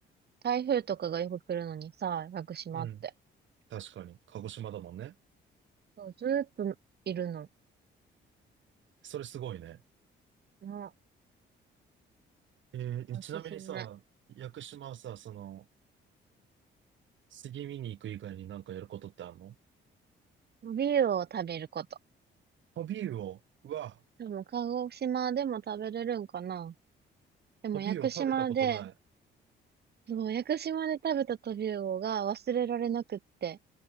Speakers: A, on the right; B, on the right.
A: 台風とかがよく来るのにさ、屋久島って。
B: うん。確かに。鹿児島だもんね。
A: そう、ずーっといるの。
B: それすごいね。
A: な、
B: えー、
A: おすすめ。
B: ちなみにさ、屋久島はさ、その、杉見に行く以外になんかやることってあるの
A: ビールを食べること。
B: トビウオ。うわ、
A: でも、鹿児島でも食べれるんかなでも、
B: トビウオ食べたことない。
A: 屋久島で、そう、屋久島で食べたトビウオが忘れられなくって、